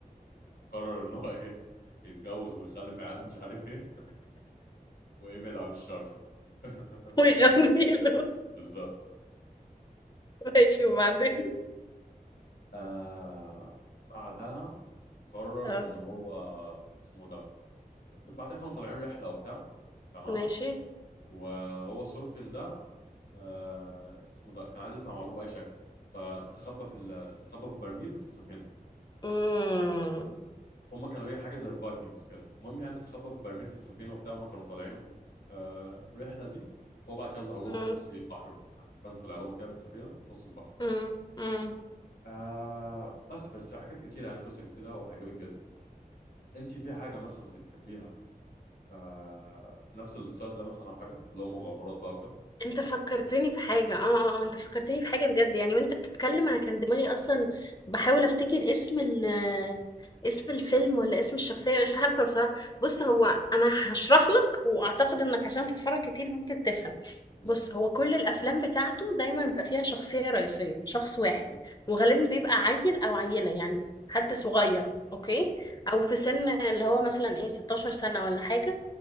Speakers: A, on the left (about 90°); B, on the left (about 25°).
A: وقرر ان هو ايه يتجوز ويخلف عياله ومش عارف ايه ويبعد عن الشر <laughs>
B: ويغني له
A: بالظبط
B: ماشي وبعدين
A: آه بعدها قرر
B: اه
A: ان هو اسمه ده بعدها كانوا طالعين رحله وبتاع تمام
B: ماشي
A: وهو سورفين ده آه اسمه ده كان عايز يطلع مع ابوه باي شكل فاستخبى في ال- استخبى في برميل في السفينه
B: امم
A: هم كانوا ايه حاجه زي الفايكنجز كده المهم يعني استخبى في برميل في السفينه وبتاع هم كانوا طالعين آه الرحله دي فهو بعد كده ظهر لهم
B: امم
A: في نص ايه البحر فانت طلع لهم كده من السفينه في نص البحر
B: امم
A: آه بس بس حاجات كتير يعني قصه كتيره وهيعجبك جدا انت في حاجه مثلا بتحبيها آه نفس الستايل ده مثلا او حاجه اللي هو مغامرات بقى وكده
B: انت فكرتني بحاجة اه اه اه انت فكرتني بحاجة بجد يعني وانت بتتكلم انا كان دماغي اصلا بحاول افتكر اسم ال اسم الفيلم ولا اسم الشخصية مش عارفة بصراحة بص هو انا هشرح لك واعتقد انك عشان تتفرج كتير ممكن تفهم
A: م-
B: بص هو كل الافلام بتاعته دايما بيبقى فيها شخصية رئيسية شخص واحد
A: م-
B: وغالبا بيبقى عيل او عيلة يعني حد صغير اوكي
A: م.
B: او في سن اللي هو مثلا ايه 16 سنة ولا حاجة